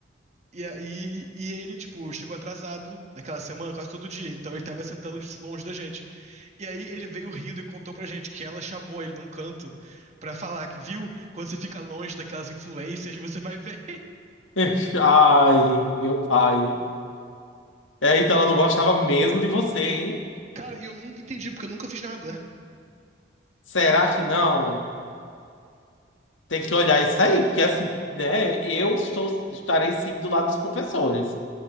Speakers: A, on the right; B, on the left.
A: e, aí e ele, tipo, chegou atrasado naquela semana, quase todo dia, então ele tava sentando de longe da gente. E aí ele veio rindo e contou pra gente que ela chamou ele num canto pra falar que, viu, quando você fica longe daquelas influências, você vai bem. <laughs>
B: <laughs> Ai, meu pai. É, então ela não gostava mesmo de você, hein?
A: Cara, e eu nunca entendi, porque eu nunca fiz nada.
B: Será que não? Tem que olhar isso aí, porque assim, né? Eu estou, estarei sempre do lado dos professores.